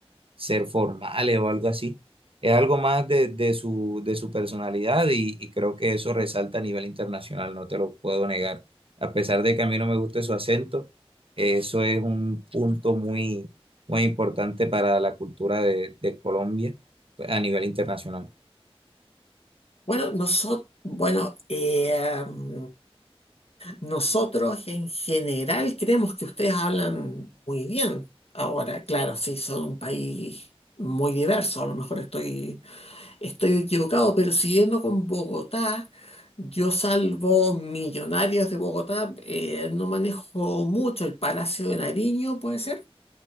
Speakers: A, on the right (about 60°); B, on the left (about 75°).
A: ser formales o algo así. Es algo más de, de su, de su personalidad y, y creo que eso resalta a nivel internacional, no te lo puedo negar. A pesar de que a mí no me guste su acento, eso es un punto muy, muy importante para la cultura de de Colombia a nivel internacional.
B: Bueno, nosotros, bueno, eh, mm, nosotros en general creemos que ustedes hablan muy bien. Ahora, claro, sí, son un país muy diverso. A lo mejor estoy, estoy equivocado, pero siguiendo con Bogotá, yo salvo Millonarios de Bogotá, eh, no manejo mucho el Palacio de Nariño, puede ser.